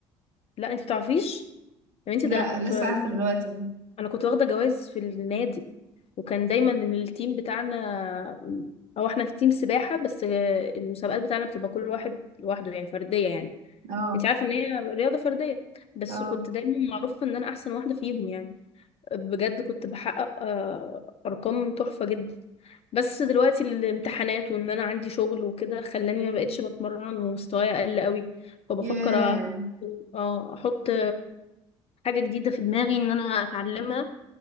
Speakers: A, on the left (about 40°); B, on the right (about 50°).
A: لا انتي بتعرفيش يا بنتي
B: لا
A: ده انا كنت
B: لسه عارفه دلوقتي
A: انا كنت واخده جوائز في النادي وكان دايما التيم بتاعنا او احنا في تيم سباحه بس المسابقات بتاعنا بتبقى كل واحد لوحده يعني فرديه يعني
B: اه
A: انت عارفه ان هي رياضه فرديه بس
B: اه
A: كنت دايما معروفه ان انا احسن واحده فيهم يعني بجد كنت بحقق آه، ارقام تحفه جدا بس دلوقتي الامتحانات وان انا عندي شغل وكده خلاني ما بقتش بتمرن ومستواي اقل قوي فبفكر
B: ياه
A: أح- اه احط حاجه جديده في دماغي ان انا اتعلمها